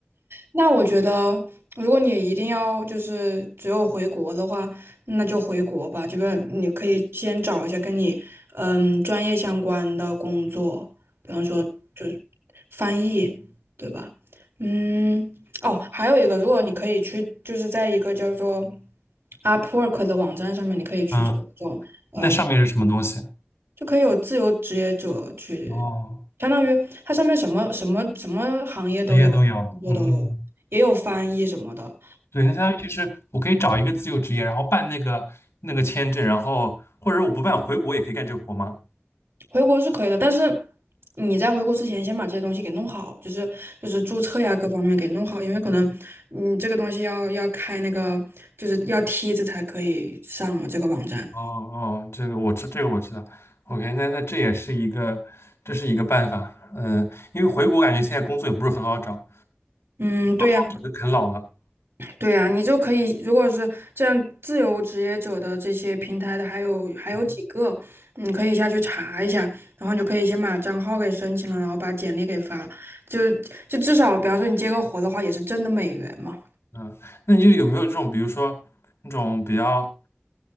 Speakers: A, on the right; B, on the left.
A: 那我觉得，如果你一定要就是只有回国的话，那就回国吧。就是你可以先找一下跟你嗯专业相关的工作，比方说就是翻译，对吧？嗯，哦，还有一个，如果你可以去，就是在一个叫做 Upwork 的网站上面，你可以去做这种。
B: 嗯，
A: 呃。
B: 那上面是什么东西？
A: 就可以有自由职业者去，
B: 哦，
A: 相当于它上面什么什么什么行业都有，
B: 职业都有。
A: 工作都有，
B: 嗯嗯，嗯
A: 也有翻译什么的。
B: 对，那相当于其实我可以找一个自由职业，然后办那个那个签证，然后或者我不办回国也可以干这个活吗？
A: 回国是可以的，但是你在回国之前先把这些东西给弄好，就是就是注册呀各方面给弄好，因为可能你这个东西要要开那个就是要梯子才可以上嘛，这个网站。
B: 哦哦，这个我知，这个我知道。OK，那那这也是一个，这是一个办法。嗯，因为回国感觉现在工作也不是很好找，
A: 嗯，对呀。
B: 到时候整个啃老了。
A: 对呀，你就可以，如果是这样自由职业者的这些平台的，还有还有几个，
B: 嗯
A: 你可以下去查一下，然后你就可以先把账号给申请了，然后把简历给发了，就就至少，比方说你接个活的话，也是挣的美元嘛。
B: 嗯，那你就有没有这种，比如说那种比较，